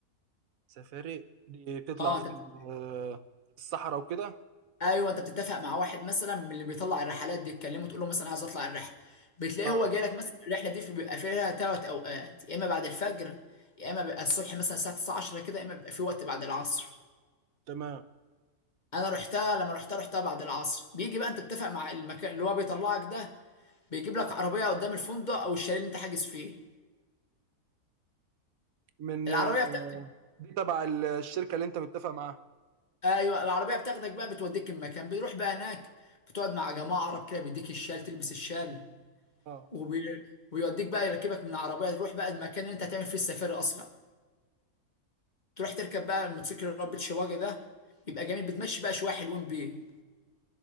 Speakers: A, on the right; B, on the left.
A: سفاري دي بتطلع
B: اه
A: في
B: انت بت-
A: ال- في الصحراء وكده
B: ايوه انت بتتفق مع واحد مثلا من اللي بيطلع الرحلات دي تكلمه تقول له مثلا عايز اطلع الرحله بتلاقيه
A: اه
B: هو جاي لك مثلا الرحله دي في- بيبقى فيها ثلاث اوقات يا اما بعد الفجر يا اما بيبقى الصبح مثلا الساعه 9 10 كده يا اما بيبقى في وقت بعد العصر
A: تمام
B: انا رحتها لما رحتها رحتها بعد العصر بيجي بقى انت تتفق مع المكان اللي هو بيطلعك ده بيجيب لك عربيه قدام الفندق او الشاليه اللي انت حاجز فيه
A: من
B: العربيه
A: آه،
B: بتاخدك
A: دي تبع الشركة اللي انت متفق معاها
B: ايوه العربيه بتاخدك بقى بتوديك المكان بتروح بقى هناك بتقعد مع جماعه عرب كده بيديك الشال تلبس الشال
A: اه
B: وبي... ويوديك بقى يركبك من العربيه تروح بقى المكان اللي انت هتعمل فيه السفاري اصلا تروح تركب بقى الموتوسيكل اللي هو ربة شواجه ده بيبقى جميل بتمشي بقى شويه حلوين بيه